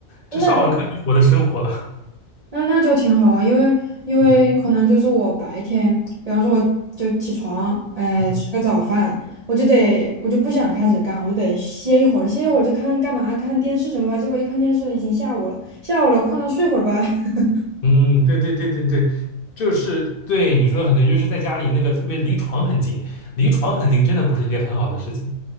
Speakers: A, on the right (about 50°); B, on the left (about 50°).
A: 那就
B: 这上完课就是我的生活了。
A: 那那就挺好啊，因为因为可能就是我白天，
B: 嗯
A: 比方说我就起床，哎，
B: 嗯
A: 吃个早饭，我就得我就不想开始干，我就得歇一会儿，歇一会儿就看干嘛，看电视什么吧。结果一看电视已经下午了，下午了困了睡会儿吧。<laughs>
B: 嗯，对对对对对，就是对你说的很对，就是在家里那个特别离床很近，离床很近真的不是一件很好的事情。